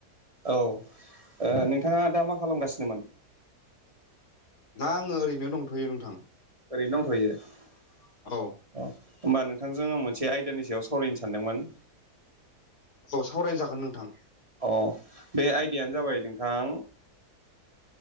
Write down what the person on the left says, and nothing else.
दा आंङो ओरैनो दंथ'यो नोंथां।
औ
औ सावरायनाय जागोन नोंथां।